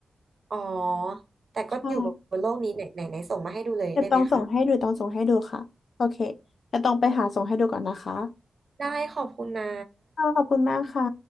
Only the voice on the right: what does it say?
อ๋อแต่ก็อยู่บนโลกนี้ไหนไหนไหนส่งมาให้ดูเลยได้ไหมคะ
ได้ขอบคุณนะ